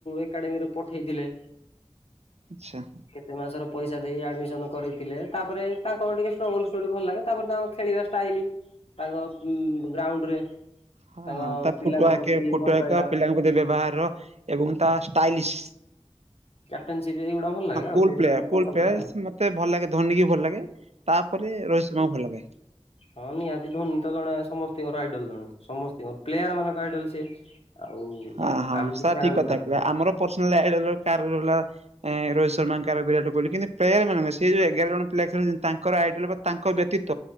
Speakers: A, on the left (about 65°); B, on the right (about 80°).
A: ଏକାଡେମୀରେ ପଠେଇଥିଲେ।
B: ଆଚ୍ଛା।
A: କେତେ ମାସର ପଇସା ଦେଇ ଆଡମିସନ କରିଥିଲେ, ତାପରେ ତାଙ୍କର ଟିକେ ଷ୍ଟ୍ରଗଲ୍ ଷ୍ଟୋରି ଭଲ ଲାଗେ ତାପରେ ତାଙ୍କ ଖେଳିବା ଷ୍ଟାଇଲି ତାଙ୍କ ଉଁ ଗ୍ରାଉଣ୍ଡ ରେ।
B: ହଁ-ହଁ
A: ତାଙ୍କ
B: ତା
A: ପିଲାଙ୍କ
B: ଫୁଟୋ ଆକେ
A: ପ୍ରତି
B: ଫୁଟୋ
A: ଭଲ
B: ଆକ
A: ପାଇବା
B: ପିଲାଙ୍କ ପ୍ରତି ବ୍ୟବହାର ଏବଂ ତା ଷ୍ଟାଇଲିଶ୍
A: କ୍ୟାପଟନସିପ୍ ଏଗୁଇଡ଼ା ଭଲ ଲାଗେ। ଆଉ
B: କୁଲ୍
A: ସେଇଥିପାଇଁ
B: ପ୍ଲାୟର
A: ପସନ୍ଦ
B: କୁଲ ପ୍ଲାୟର
A: କରେ ଆଉ
B: ମତେ ଭଲ ଲାଗେ ଧୋନି ବି ଭଲ ଲାଗେ, ତାପରେ ରୋହିତ ଶର୍ମାଙ୍କୁ ବି ଭଲ ଲାଗେ।
A: ହ। ହଁ ନିହାତି ଧୋନୀ ତ ଜଣେ ସମସ୍ତିଙ୍କର ଆଇଡଲ୍ ଜଣେ, ସମସ୍ତିଙ୍କର ପ୍ଲେୟାର୍ ମାନଙ୍କ ଆଇଡଲ୍ ସିଏ। ଆଉ
B: ହଁ-ହଁ
A: ଆମେ ତ
B: ସାର୍
A: ଫ୍ୟାନ
B: ଠିକ କଥା
A: ଛାଡୁନୁ
B: କହିଲେ, ଆମର ପର୍ସନାଲ୍ ଆଇଡଲ୍ କାର ରହିଲା ଏଁ ରୋହିତ ଶର୍ମାଙ୍କାର ବିରାଟ କୋହଲି କିନ୍ତୁ ପ୍ଲେୟାର୍ ମାନେ <unintelligible> ସେ ଯୋଉ ଏଗାର ଜଣ ପିଲା ଖେଳୁଚନ୍ତି ତାଙ୍କର ଆଇଡଲ୍ ବା ତାଙ୍କ ବ୍ୟତୀତ